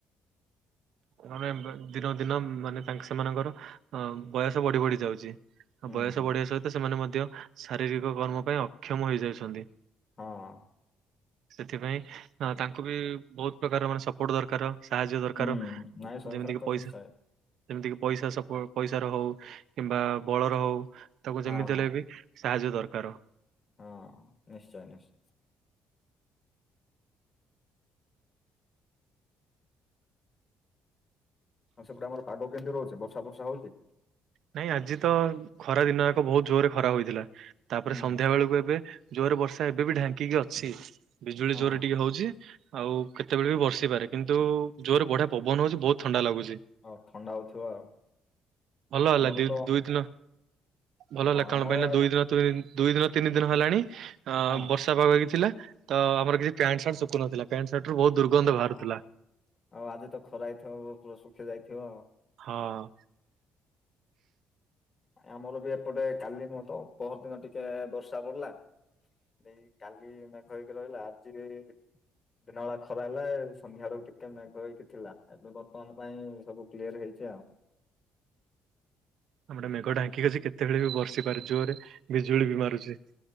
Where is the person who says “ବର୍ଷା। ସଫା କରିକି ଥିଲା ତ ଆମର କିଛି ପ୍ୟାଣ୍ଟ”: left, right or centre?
Right